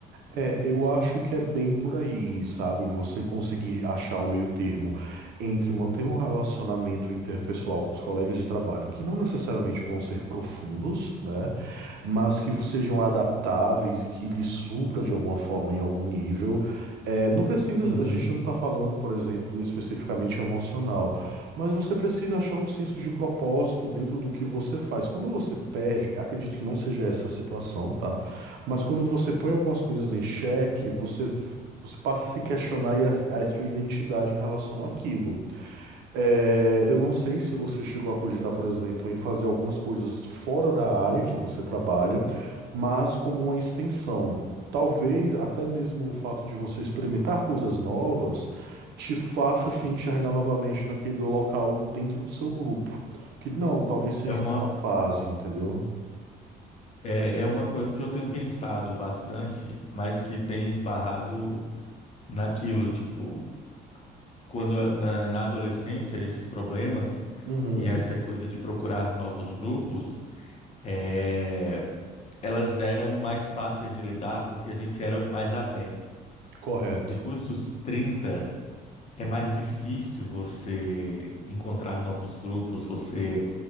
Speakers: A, on the right; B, on the left.
A: É, eu acho que é bem por aí, sabe? Você conseguir achar o meio termo entre manter um relacionamento interpessoal com os colegas de trabalho, que não necessariamente vão ser profundos, né? Mas que sejam adaptáveis e que lhe supra de alguma forma em algum nível. É, não precisa,
B: Uhum.
A: a gente não está falando, por exemplo, especificamente emocional, mas você precisa achar um senso de propósito dentro do que você faz. Quando você perde, acredito que não seja essa a situação, tá? Mas quando você põe algumas coisas em xeque, você, você passa a se questionar e a, a sua identidade em relação àquilo. É, eu não sei se você chegou a cogitar, por exemplo, em fazer algumas coisas fora da área que você trabalha, mas como uma extensão. Talvez até mesmo o fato de você experimentar coisas novas te faça se enxergar novamente naquele local dentro do seu grupo. Que não, talvez seja
B: É uma,
A: uma fase, entendeu?
B: é, é uma coisa que eu tenho pensado bastante, mas que tem esbarrado naquilo, tipo quando na, na adolescência esses problemas
A: Uhum,
B: e essa coisa de procurar novos grupos, é, elas eram mais fáceis de lidar porque a gente era mais aberto.
A: correto.
B: Depois dos 30 é mais difícil você encontrar novos grupos, você